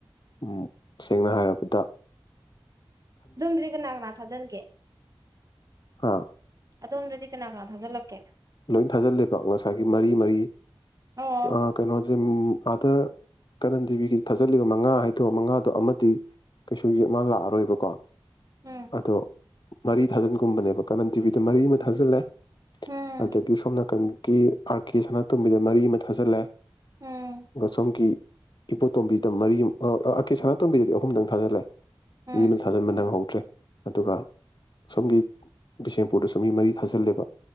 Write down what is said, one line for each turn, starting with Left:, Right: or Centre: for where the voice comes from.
Left: ꯎꯝ ꯁꯦꯡꯅ ꯍꯥꯏꯔꯕꯗ
Right: ꯨꯑꯝꯗ꯭ꯔꯤꯒꯅꯅꯥꯒꯅꯥ ꯊꯖꯅꯒꯦ
Left: ꯑꯥ
Right: ꯑꯗꯣꯝꯗꯗꯤ ꯀꯅꯥ ꯀꯅꯥ ꯊꯥꯖꯤꯜꯂꯛꯀꯦꯅ
Left: ꯂꯣꯏ ꯊꯥꯖꯤꯜꯂꯦꯕ ꯉꯁꯥꯏꯒꯤ ꯃꯔꯤ ꯃꯔꯤ
Right: ꯑꯣ
Left: ꯑ ꯀꯩꯅꯣ ꯑ ꯑꯥꯗ ꯀꯔꯟ ꯗꯦꯕꯤꯒꯤ ꯊꯥꯖꯜꯂꯤꯕ ꯃꯉꯥ ꯍꯥꯏꯗꯣ ꯃꯉꯥꯗꯣ ꯑꯃꯗꯤ ꯀꯩꯁꯨ ꯌꯦ ꯃꯥ ꯂꯥꯛꯑꯔꯣꯏꯕꯀꯣ
Right: ꯎꯝ
Left: ꯑꯗꯣ ꯃꯔꯤ ꯊꯥꯖꯤꯟꯒꯨꯝꯕꯅꯦꯕ ꯀꯔꯝ ꯇꯤꯚꯤꯗ ꯃꯔꯤ ꯑꯃ ꯊꯥꯖꯤꯜꯂꯦ
Right: ꯎꯝ
Left: ꯑꯗꯒꯤ ꯁꯣꯝ ꯅꯥꯀꯟ ꯀꯤ ꯑꯥꯔ ꯀꯦ ꯁꯅꯥꯇꯣꯝꯕꯤꯗ ꯃꯔꯤ ꯑꯃ ꯊꯥꯖꯜꯂꯦ
Right: ꯎꯝ
Left: ꯑꯗꯨꯒ ꯁꯣꯝꯒꯤ ꯏꯕꯣꯇꯣꯝꯕꯤꯗ ꯃꯔꯤ ꯑꯃ ꯑꯥꯔ ꯀꯦ ꯁꯅꯥꯇꯣꯝꯕꯤꯗꯗꯤ ꯑꯍꯨꯝꯗꯪ ꯊꯥꯖꯜꯂꯦ
Right: ꯎꯝ
Left: ꯃꯤ ꯑꯃ ꯊꯥꯖꯤꯟꯕ ꯅꯪꯍꯧꯗ꯭ꯔꯦ ꯑꯗꯨꯒ ꯁꯣꯝꯒꯤ ꯕꯤꯁꯦꯝꯄꯨꯔꯗꯁꯨ ꯃꯤ ꯃꯔꯤ ꯊꯥꯖꯤꯜꯂꯦꯕ